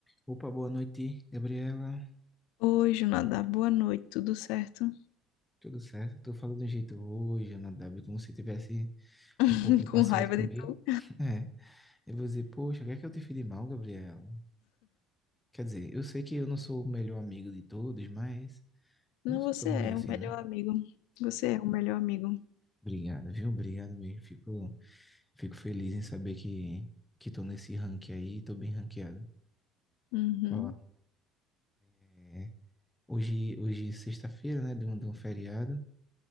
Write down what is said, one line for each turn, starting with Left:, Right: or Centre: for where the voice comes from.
Centre: Opa, boa noite, Gabriela.
Left: Oi, Junada, boa noite, tudo certo?
Centre: Tudo certo? Tô falando de um jeito hoje, Ana Dabi, como se tivesse
Left: <laughs>
Centre: um pouco impaciente
Left: Com raiva
Centre: comigo.
Left: de tu.
Centre: <laughs> É, eu vou dizer, poxa, o que é que eu te fiz de mal, Gabriela? Quer dizer, eu sei que eu não sou o melhor amigo de todos, mas
Left: Não,
Centre: eu não sou
Left: você
Centre: tão
Left: é
Centre: ruim assim,
Left: o melhor
Centre: né?
Left: amigo. Você é o melhor amigo.
Centre: Obrigado, viu? Obrigado mesmo. Fico, fico feliz em saber que, que tô nesse rank aí, tô bem ranqueado.
Left: Uhum.
Centre: Ó, é, hoje, hoje é sexta-feira, né, de um, de um feriado,